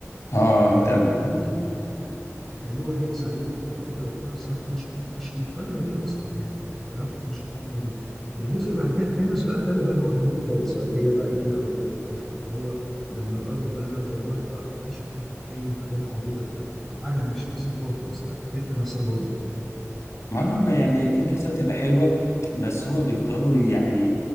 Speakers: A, on the left; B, in the centre.
A: اه
B: فدي
A: كتاب
B: خ- خلوها هي زعيمه وقائده وبتاع بصراحه انا مش مش مقتنع بيها اصلا يعني ك- كاركتر مش مقتنع بيه الجزء بعد كده الخامس بقى ده اللي بهوأ منهم خالص بقى اللي هي بقى ايه خلاص بطيخ بقى اللي هو لما الارض كلها اتدمرت بقى راحوا عايشوا في كوكب تاني وحاجات عبيطه كده فما عجبنيش حسيت اللي هو خلاص بقى الفكره نفسها باظت
A: ما هم يعني في مسلسلات بتبقى حلوة بس هما بيفضلوا يعني